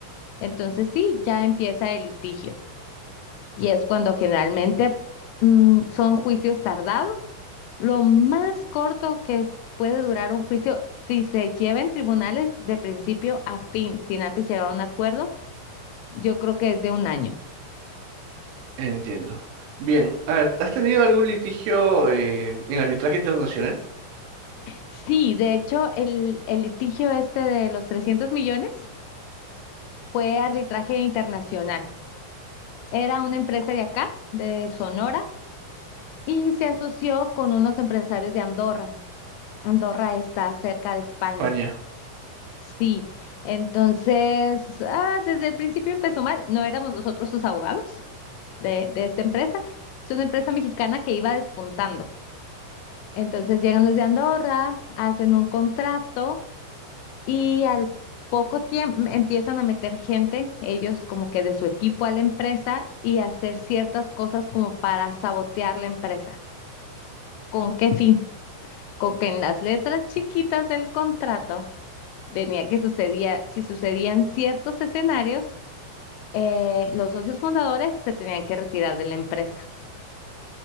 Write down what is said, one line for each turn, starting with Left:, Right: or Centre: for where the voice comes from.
Left: entonces sí, ya empieza el litigio. Y es cuando generalmente mmm, son juicios tardados. Lo más corto que es- puede durar un juicio, si se lleva en tribunales de principio a fin, sin antes llegar a un acuerdo, yo creo que es de un año.
Right: Entiendo. Bien, a ver, ¿has tenido algún litigio eh, en arbitraje internacional?
Left: Sí, de hecho, el, el litigio este de los 300 millones fue arbitraje internacional. Era una empresa de acá, de Sonora, y se asoció con unos empresarios de Andorra. Andorra está cerca de España.
Right: España,
Left: Sí, entonces, ah, desde el principio empezó mal. No éramos nosotros sus abogados de, de esta empresa. Es una empresa mexicana que iba despuntando. Entonces llegan los de Andorra, hacen un contrato. Y al poco tiempo mm, empiezan a meter gente, ellos como que de su equipo a la empresa y hacer ciertas cosas como para sabotear la empresa. ¿Con qué fin? Con que en las letras chiquitas del contrato venía que sucedía, si sucedían ciertos escenarios, eh, los socios fundadores se tenían que retirar de la empresa.